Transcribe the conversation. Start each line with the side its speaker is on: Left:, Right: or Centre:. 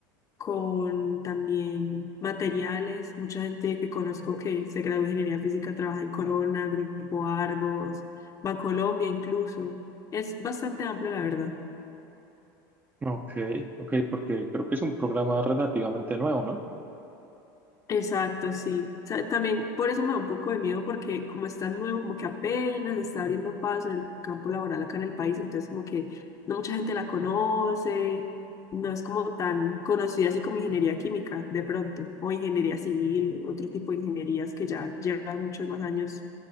Left: con también materiales. Mucha gente que conozco que se graduó de ingeniería física trabaja en Corona, Grupo Argos, Bancolombia incluso. Es bastante amplio, la verdad.
Right: Ok, ok, porque creo que es un programa relativamente nuevo, ¿no?
Left: Exacto, sí. O sea, también por eso me da un poco de miedo porque como es tan nuevo, como que apenas está abriendo paso en el campo laboral acá en el país, entonces como que no mucha gente la conoce, no es como tan conocida así como ingeniería química de pronto, o ingeniería civil, otro tipo de ingenierías que ya llevan muchos más años